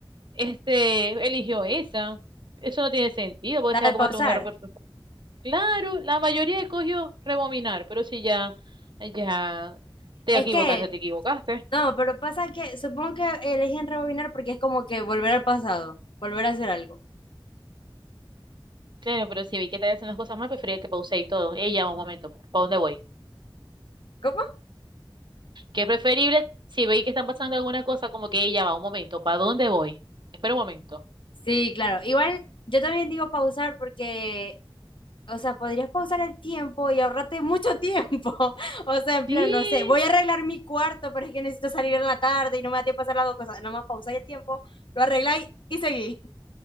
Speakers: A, on the right (about 60°); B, on the left (about 65°).
A: este, eligió esa. Eso no tiene sentido, porque
B: La
A: se
B: de
A: va a cometer
B: pausar.
A: un error. Claro, la mayoría escogió rebobinar, pero si ya, ya te
B: Es
A: equivocaste,
B: que,
A: te equivocaste.
B: no, pero pasa que supongo que eligen rebobinar porque es como que volver al pasado, volver a hacer algo.
A: Claro, pero si vi que estás haciendo las cosas mal, prefería que pausé y todo. Ella va un momento, ¿para dónde voy?
B: ¿Cómo?
A: Que es preferible, si veis que están pasando alguna cosa, como que ella va un momento, ¿para dónde voy? Espera un momento.
B: Sí, claro. Igual yo también digo pausar porque, o sea, podrías pausar el tiempo y ahorrarte mucho tiempo. <laughs> O sea, en
A: Sí,
B: plan, no sé, voy a arreglar mi cuarto, pero es que necesito salir en la tarde y no me da tiempo a hacer las dos cosas. Nada más pausáis el tiempo, lo arregláis y seguís.